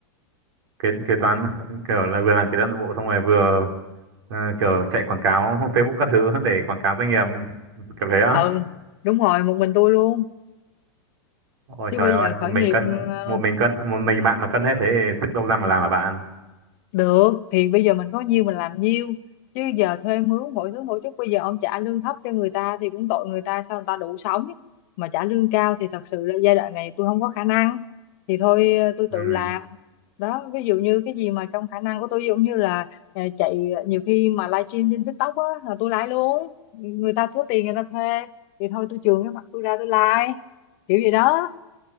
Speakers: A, on the right; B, on the left.
A: kế kế toán <laughs> kiểu là vừa làm kế toán nội bộ xong rồi vừa ờ, kiểu chạy quảng cáo Facebook các thứ để quảng cáo doanh nghiệp kiểu thế á
B: ừ đúng rồi một mình tôi luôn
A: ôi
B: chứ
A: trời
B: bây
A: ơi
B: giờ
A: một
B: khởi
A: mình
B: nghiệp
A: cân
B: ờ,
A: một mình cân một mình bạn mà cân hết thế thì sức đâu ra mà làm mà bạn
B: Được thì bây giờ mình có nhiêu mình làm nhiêu chứ giờ thuê mướn mỗi thứ mỗi chút bây giờ ông trả lương thấp cho người ta thì cũng tội người ta sao người ta đủ sống mà trả lương cao thì thật sự là giai đoạn này tôi không có khả năng thì thôi ờ, tôi
A: ừ,
B: tự làm đó ví dụ như cái gì mà trong khả năng của tôi ví dụ như là ờ, chạy ờ, nhiều khi mà livestream trên TikTok á là tôi lái luôn người ta thiếu tiền người ta thuê thì thôi tôi chường cái mặt tôi ra tôi like kiểu gì đó